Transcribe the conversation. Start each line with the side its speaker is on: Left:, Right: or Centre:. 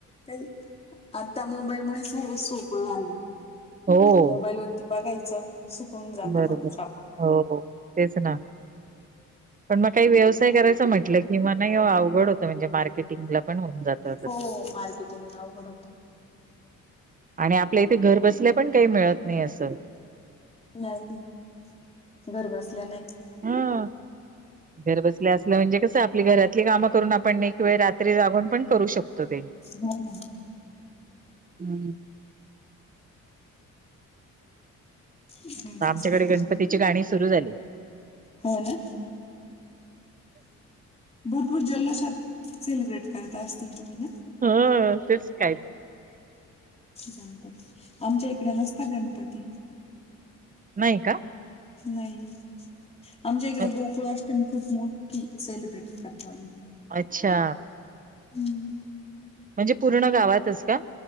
Left: काय आता मोबाईल मुळ सर्व सोपं झालं
Right: हो.
Left: मोबाईल वरती बघायचं शिकवून जातं
Right: बरोबर.
Left: मणस
Right: हो, तेच ना पण मग काही व्यवसाय करायचं म्हटलं की म नाही अवघड होतं म्हणजे मार्केट पण होऊन जात
Left: हो मार्केटिंग अवघड होतं.
Right: आणि आपल्या इथे घर बसल्या पण काही मिळत नाही असं..
Left: नाही नाही घर बसल्या नाही
Right: हा घर बसल्या असल म्हणजे कसं आपली घरातली कामं करून आपण वेळ रात्री राहून पण करू शकतो ते
Left: हो ना
Right: हम्म
Left: घर
Right: आमच्याकडे
Left: बसल्या पण
Right: गणपतीची गाणी सुरु झाली
Left: हो ना भरपूर जल्लोषात सेलिब्रेट करत असतील तुम्ही ना
Right: ह तेच काय
Left: गणपती आमच्या इकडे नसता गणपती
Right: नाही का
Left: नाही आमच्या इकड
Right: अ
Left: गोकुळ अष्टमी मी खूप मोठी सेलिब्रेट करतो आम्ही
Right: अच्छा
Left: हम्म
Right: म्हणजे पूर्ण गावातच का